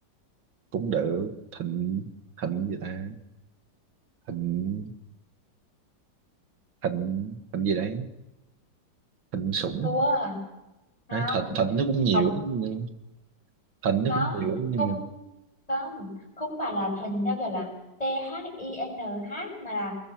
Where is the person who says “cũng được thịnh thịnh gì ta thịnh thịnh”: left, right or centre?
Right